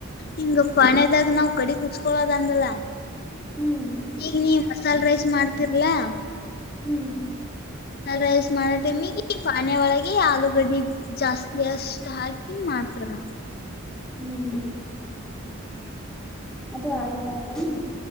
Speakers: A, on the left; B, in the centre.
A: ಹಿಂಗ ಪಾಣೆದಾಗ ನಾವ್ ಕಡೆ ಕುಚ್ಕ ಕಳೋದಂದಲ
B: ಹ್ಮ್
A: ಈಗ ನೀವ ಮಸಾಲೆ ರೈಸ್ ಮಾಡ್ತಿರ್ಲಾ
B: ಹ್ಮ್
A: ರೈಸ್ ಮಾಡೋ ಟೈಮಿಗೆ ಪಾನಿಯ ಒಳಗೆ ಆಲೂಗಡ್ಡಿ ಜಾಸ್ತಿ ಎಷ್ಟ್ ಹಾಕಿ ಮಾಡ್ತಾರ
B: ಹ್ಮ್ ಅದು ಆಲ ಪಾತ್ರನ